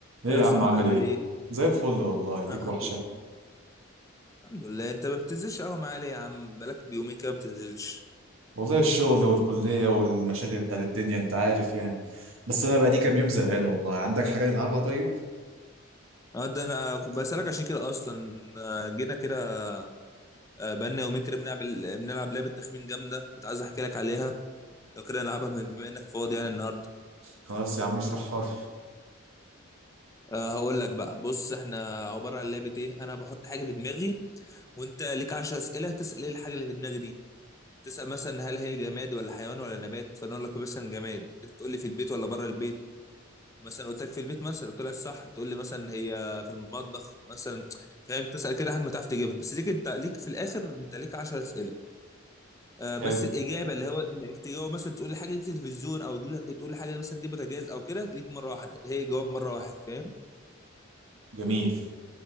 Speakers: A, on the right; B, on the left.
A: ايه
B: يا
A: يا
B: صاحبي
A: عم عامل
B: عامل
A: ايه
B: ايه؟
A: زي الفل والله ليك
B: انا الحمد
A: وحشة
B: لله الحمد لله انت ما بتنزلش قهوه معايا ليه يا عم بقالك بيومين كده ما بتنزلش
A: والله الشغل والكلية والمشاغل بتاعت الدنيا انت عارف يعني بس انا بقى لي كام يوم زهقان والله عندك حاجة نلعبها طيب
B: اه ده انا كنت بسألك عشان كده اصلا آه، جينا كده آه، بقالنا يومين كده بنلعب بنلعب لعبه تخمين جامده كنت عايز احكي لك عليها لو كده نلعبها بما انك فاضي يعني النهارده
A: خلاص يا عم اشرحها لي
B: أه هقول لك بقى بص احنا عباره عن لعبه ايه انا بحط حاجه في دماغي وانت ليك 10 اسئله تسأل ايه الحاجه اللي في دماغي دي تسأل مثلا هل هي جماد ولا حيوان ولا نبات فانا اقول لك مثلا جماد انت تقول لي في البيت ولا بره البيت مثلا قلت لك في البيت مثلا طلع صح تقول لي مثلا هي في المطبخ مثلا فاهم تسال كده لحد ما تعرف تجيبها بس ليك انت ليك في الاخر انت ليك 10 اسئله آه بس
A: حلو
B: الاجابه اللي هو انك تجاوب مثلا تقول لي حاجه دي تلفزيون او تقول تقول لي حاجه مثلا دي بوتاجاز او كده ليك مره واحده هي جواب مره واحد فاهم
A: جميل